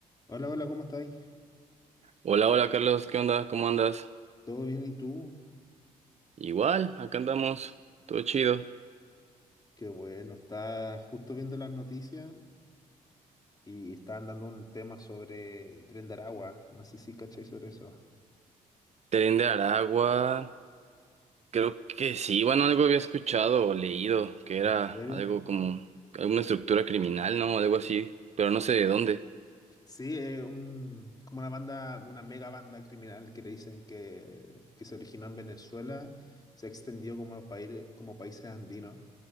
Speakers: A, on the left (about 25°); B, on the right (about 45°).
A: Hola, hola, ¿cómo estáis?
B: Hola, hola Carlos, ¿qué onda? ¿Cómo andas?
A: ¿Todo bien y tú?
B: Igual, acá andamos, todo chido.
A: Qué bueno, estaba justo viendo las noticias y estaban dando un tema sobre el tren de Aragua. No sé si cacháis sobre eso.
B: Tren de Aragua, creo que sí, bueno, algo había escuchado o leído, que era
A: ¿En serio?
B: algo como alguna estructura criminal, ¿no? Algo así, pero no sé de dónde.
A: Sí, es un, como una banda, una mega banda criminal que le dicen que, que se originó en Venezuela, se extendió como los países, como países andinos,